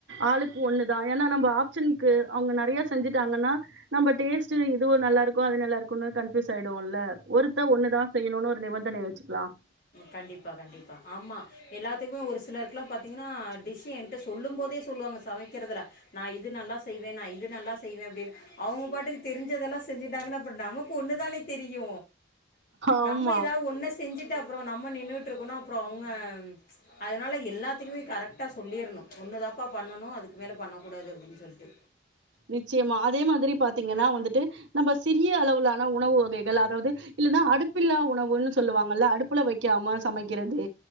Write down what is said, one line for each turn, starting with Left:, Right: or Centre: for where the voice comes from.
Right: ஆளுக்கு ஒண்ணுதான். ஏன்னா நம்ம ஆப்ஷனுக்கு அவுங்க நெறைய செஞ்சுட்டாங்கன்னா நம்ம டேஸ்ட் இதுவும் நல்லா இருக்கும். அது நல்லா இருக்கும்ன்னு கன்ஃப்யூஸ் ஆயடுவோம்ல்ல. ஒருத்த ஒண்ணுதான் செய்யணுன்னு ஒரு நிபந்தனை வச்சுக்கலாம்
Left: கண்டிப்பா கண்டிப்பா ஆமா. எல்லாத்துக்குமே ஒரு சிலருக்குலா பாத்தீங்கன்னா டிஷ்ஷு என்ட்ட சொல்லும் போதே சொல்லுவாங்க சமைக்கறதுல நா இது நல்லா செய்வே நா இது நல்லா செய்வே அப்டினு அவுங்க பாட்டுக்கு தெரிஞ்சதெல்லா செஞ்சிட்டாங்கன்னா அப்பற நமக்கு ஒண்ணுதானே தெரியு
Right: ஆமா.
Left: நம்ம ஏதாவ் ஒன்ன செஞ்சுட்டு அப்றோ நம்ம நின்னுட்ருக்கணு அப்றோ அவ்ங்க அதனால எல்லாத்துக்குமே கரெக்டா சொல்லிர்ணு ஒண்ணு தா ப்பா பண்ணணு அதுக்கு மேலே பண்ணக்கூடாது அப்டின் சொல்ட்டு
Right: நிச்சியமா அதே மாதிரி பாத்தீங்கனா வந்துட்டு நம்ப சிறிய அளவுலான உணவு வகைகள் அதாவது இல்லன்னா அடுப்பில்லா உணவுனு சொல்லுவாங்கல்ல அடுப் புல வைக்காம சமைக்கிறது